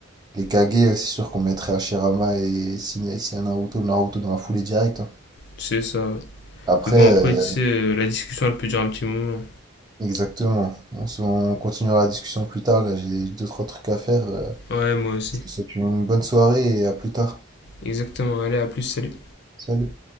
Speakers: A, on the right (about 20°); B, on the left (about 50°).
A: Les Kage, euh, c'est sûr qu'on mettrait Hashirama et Sin- un Naruto, Naruto dans la foulée directe. hein.
B: c'est ça, ouais.
A: Après,
B: Mais bon,
A: euh,
B: après, tu sais, euh, la discussion, elle peut durer un petit moment.
A: exactement. On, se- on continuera la discussion plus tard. Là, j'ai deux, trois trucs à faire. euh.
B: Ouais, moi aussi.
A: Je te souhaite une bonne soirée et à plus tard.
B: Exactement. Allez, à plus, salut.
A: Salut.